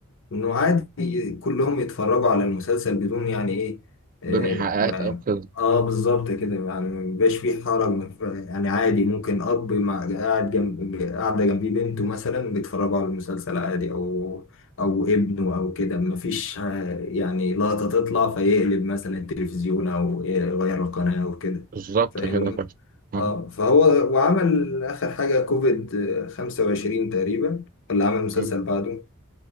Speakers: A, on the left; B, on the right.
A: انه عادي كلهم يتفرجوا على المسلسل بدون يعني ايه اه,
B: بدون إيحاءات
A: ما
B: أو كده
A: آه بالظبط كده يعني مبيبقاش فيه حرج ما ف- يعني عادي ممكن اب مع قاعد جنب قاعده جنبيه بنته مثلا بيتفرجوا على المسلسل عادي او او ابنه او كده مفيش آه، يعني لقطه تطلع فيقلب مثلا التلفزيون او يغير القناه او كده
B: بالظبط
A: فاهمني
B: كده فعلا مم.
A: اه فهو وعمل اخر حاجه كوفيد 25 تقريبا ولا عمل مسلسل
B: مم.
A: بعده